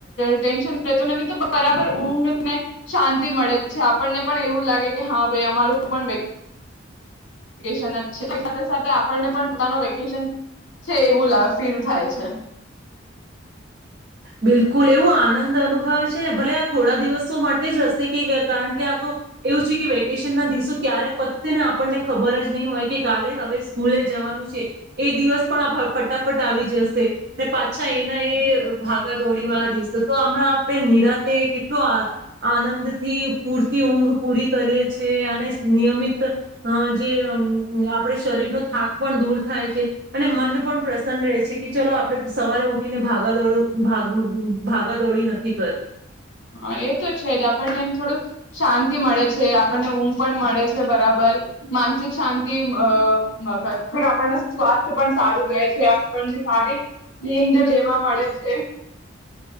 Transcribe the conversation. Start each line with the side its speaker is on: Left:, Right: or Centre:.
Left: ટેન્શન લેતો નથી તો બરાબર ઊંઘ ને શાંતિ મળે જ છે આપણને પણ એવું લાગે કે હા ભાઈ અમારું પણ વેકે શન જ છે, સાથે સાથે આપને પણ પોતાનું વેકેશન છે, એવું લ ફીલ થાય છે.
Right: બિલકુલ એવું આનંદ અનુભવે છેને ભલે આ થોડા દિવસો માટે જ હશે કે કારણ કે આ તો, એવું છે કે વેકેશન ના દિવસો ક્યારે પતશે ને આપણને ખબર જ નહીં હોય કે કાલે હવે સ્કૂલે જવાનું છે, એ દિવસ પણ ફટાફટ આવી જશે ને, પાછા એના એ ભાગા દોડી વાળા દિવસે તો હમણાં આપણે નિરાતે કેટલો આનંદથી પૂરતી ઊંઘ પૂરી કરીએ છે અને નિયમિત, જેમ આપણે શરીરનો થાક પણ દૂર થાય છે, અને મન પણ પ્રસન્ન રહે છે કે ચલો આપણે સવારે ઉઠીને ભાગા દોડું ભાગ ભાગાદોડી નથી કરવી.
Left: હા, એતો છે જ આપણને થોડુંક શાંતિ મળે છે, આપણને ઊંઘ પણ મળે છે બરાબર. માનસિક શાંતિ અહ <unintelligible> સ્વાસ્થ પણ સારું રહે છે આપણને સારી નીંદ લેવા મળે છે.